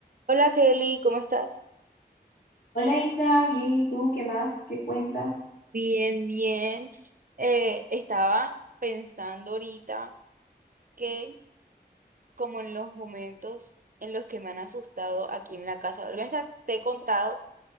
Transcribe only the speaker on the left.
Hola Isa, bien, ¿y tú qué más? ¿Qué cuentas?